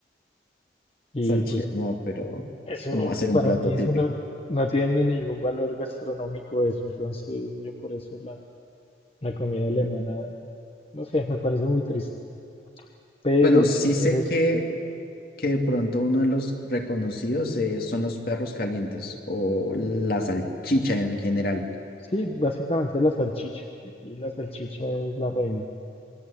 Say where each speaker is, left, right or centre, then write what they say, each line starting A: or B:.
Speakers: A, on the left; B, on the left.
A: <laughs>
B: Y
A: salchicha,
B: pues
A: no, pero
B: eso,
A: como hacer un
B: para
A: plato
B: mí
A: típico.
B: eso no, no tiene ningún valor gastronómico eso. Entonces yo por eso la, la comida alemana, no sé, me parece muy triste. Pero
A: Bueno,
B: si
A: sí
B: quieres,
A: sé que, que de pronto uno de los reconocidos eh, son los perros calientes o la salchicha en general.
B: sí, básicamente la salchicha. Aquí la salchicha es la reina.